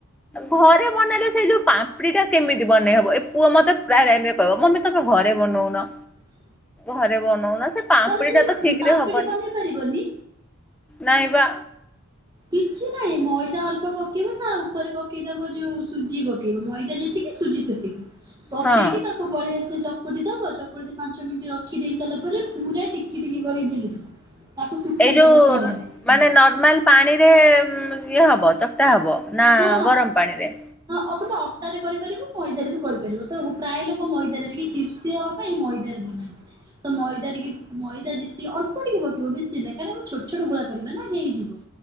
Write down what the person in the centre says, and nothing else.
ଘରେ ବନେଇଲେ ସେଇ ଯୋଉ ପାମ୍ପୁଡି ଟା କେମିତି ବନେଇ ହବ? ଏ ପୁଅ ମତେ ପ୍ରାୟ ଟାଇମରେ କହିବ ମମି ତମେ ଘରେ ବନଉନ।
ଘରେ ବନଉନ। ସେ ପାମ୍ପୁଡି
ଟା ତ ଠିକ
ରେ ହବନି।
ନାଇଁ ବା।
ହଁ
ଏଇ ଯୋଉ
ମାନେ ନର୍ମାଲ ପାଣିରେ ଇଏ ହବ ଚକ୍କଟା ହବ ନା
ଗରମ ପାଣିରେ?